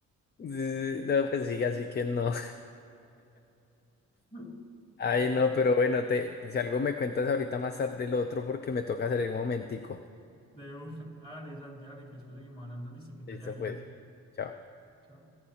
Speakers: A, on the left; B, on the left.
A: Sí, sí. No, pues sigue así que no.
B: <laughs>
A: Ay,
B: De,
A: no, pero bueno, te, si algo me cuentas ahorita más tarde el otro porque me toca salir un momentico.
B: de uno. Dale, Santi, dale, que después seguimos hablando. Listo, que te
A: Listo,
B: vaya bien.
A: pues. Chao.
B: Chao.